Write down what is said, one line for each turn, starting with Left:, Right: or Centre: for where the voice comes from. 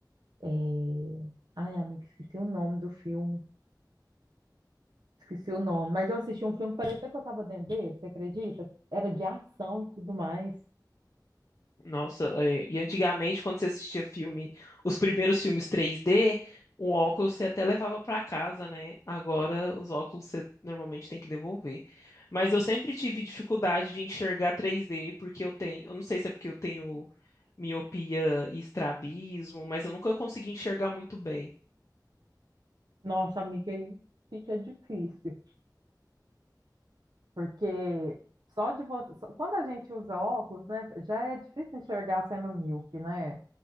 Right: eh, Ai, amiga, esqueci o nome do filme. Esqueci o nome. Mas eu assisti um filme que parecia que eu estava dentro dele, você acredita? Era de ação e tudo mais.
Left: Nossa, é, e antigamente, quando você assistia filme, os primeiros filmes 3D, o óculos você até levava para casa, né? Agora, os óculos você normalmente tem que devolver. Mas eu sempre tive dificuldade de enxergar 3D, porque eu tenho, eu não sei se é porque eu tenho miopia e estrabismo, mas eu nunca consegui enxergar muito bem.
Right: Nossa, amiga, aí fica difícil, porque só de você. só- Quando a gente usa óculos, né, já é difícil enxergar sendo míope, né?